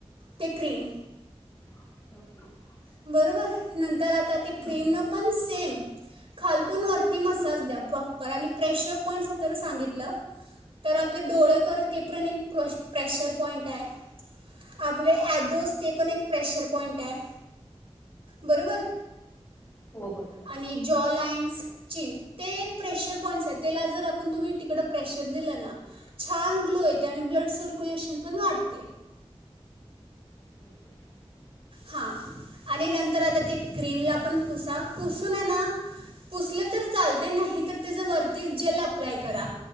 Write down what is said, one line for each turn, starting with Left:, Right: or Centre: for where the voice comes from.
Right: ते क्रीम
Left: <inaudible>
Right: बरोबर नंतर आ आता ते क्रीमन
Left: हं.
Right: पण सेम खालतून वरती मसाज द्या प्रॉपर आणि प्रेशर पॉईंट अस तर सांगितलं तर आपले डोळे करत ते पण एक प्रे प्रेशर पॉईंट आहे. आपले आयब्रोज ते पण एक प्रेशर पॉईंट आहे. बरोबर
Left: हो बरोबर.
Right: आणि जॉ लाइन्स चीन ते प्रेशर पॉईंट्स आहेत तेला जर आपण तुम्ही तिकडं प्रेशर दिलं ना छान ग्लो येते आणि ब्लड सर्क्युलेशन पण वाढते.
Left: <inaudible>
Right: हां आणि नंतर आता ते क्रीमला पण पुसा पुसूून येना पुसलं तर चालते नाही तर त्याचं वरतीच जेल अप्लाय करा